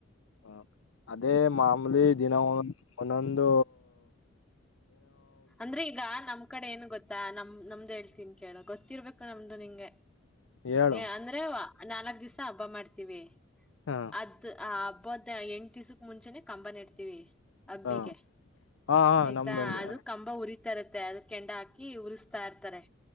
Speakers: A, on the left; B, in the centre.
A: ಹ ಅದು ಅದೆ ಮಾಮೂಲಿ
B: ಹ್ಮ್.
A: ದಿನ ಒನೊಂದು. ಒನ್ನೊಂದು.
B: ಅಂದ್ರೆ ಈಗ ನಮ್ ಕಡೆ ಏನು ಗೊತ್ ಚಾ ನಮ್ ನಮ್ದ್ ಹೇಳ್ತೀನಿ ಕೇಳೋ ಗೊತ್ತಿರ್ಬೇಕ್ ಬೇಕು ನಮ್ದು ನಿಂಗೆ.
A: ಹೇಳು
B: ಏ ಅಂದ್ರೆವಾ. ನಾಲ್ಕ್ ದಿವ್ಸ ಹಬ್ಬ ಮಾಡ್ತೀವಿ.
A: ಹಾ
B: ಅದ್ ಆ ಹಬ್ಬದ ಎಂಟ ದಿವ್ಸಕ್ ಮುಂಚೆನೆ ಕಂಬ ನೆಡ್ತೀವಿ ಅಗ್ನಿಗೆ
A: ಹಾ ಹಾ ಹಾ
B: ಆಯ್ತಾ
A: ನಮ್ದು ಹಂಗೆ
B: ಅದು ಕಂಬ ಉರಿತಾ ಇರತ್ತೆ ಅದ ಕೆಂಡ ಹಾಕಿ ಉರಿಸ್ತಾ ಇರ್ತಾರೆ.